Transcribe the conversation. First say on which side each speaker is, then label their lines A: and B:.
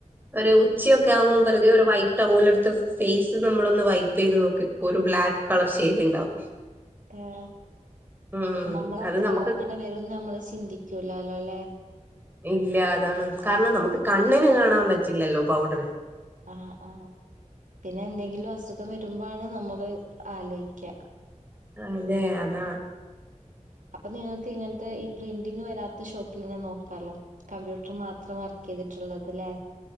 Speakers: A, on the right (about 15°); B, on the right (about 85°).
A: ഒരു ഉച്ചയൊക്കെ ആവുമ്പോ വെറുതെ വൈ ടൗവെലെടുത്ത് ഫേസ് നമ്മളൊന്ന് വൈപ്പ് ചെയ്ത് നോക്ക് ഒരു ബ്ലാക്ക് കളർ ഷെയ്ഡ് ഇണ്ടാവും
B: ഏഹ്
A: ഉം
B: നമ്മൾ അത്ര
A: അത് നമുക്ക്
B: അങ്ങനെ വരുംന്ന് നമ്മള് ചിന്തിക്കൂലല്ലോലെ
A: ഇല്ല അതാണ് കാരണം നമുക്ക് കണ്ണിന് കാണാൻ പറ്റില്ലല്ലോ പൗഡറ്
B: ആഹ് ആഹ് പിന്നെ എന്തെങ്കിലും അസുഖം വരുമ്പാണ് നമ്മള് ആലോയ്ക്കാ
A: അതെ അതാ
B: അപ്പൊ നിങ്ങക്ക് ഇങ്ങനത്തെ ഈ പ്രിന്റിങ് വരാത്ത ഷോപ്പിൽന്നെ നോക്കാലോ കമ്പ്യൂട്ടർ മാത്രം വർക്കെയ്തിട്ടുള്ളത് ലെ